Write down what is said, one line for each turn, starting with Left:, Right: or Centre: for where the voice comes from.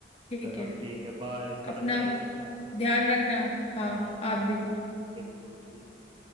Left: ठीक
Right: चलो
Left: है
Right: ठीक है बाय थोड़ा
Left: अपना
Right: सेफ रहना आप
Left: ध्यान रखना हाँ
Right: हाँ
Left: आप भी
Right: बिल्कुल ठीक है